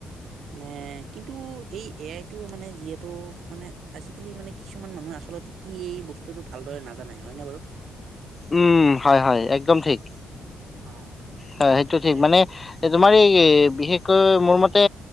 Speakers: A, on the right; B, on the left.
A: মানে কিন্তু এই এ আই টো মানে যিহেতু মানে আজিকালি মানে কিছুমান মানুহ আচলতে কি এই বস্তুটো ভালদৰে নাজানাই হয় নে বাৰু?
B: উম, হয় হয় একদম ঠিক
A: অ
B: হয়। সেইটো
A: তাকে
B: ঠিক মানে এই তোমাৰ এই বিশেষকৈ মোৰ মতে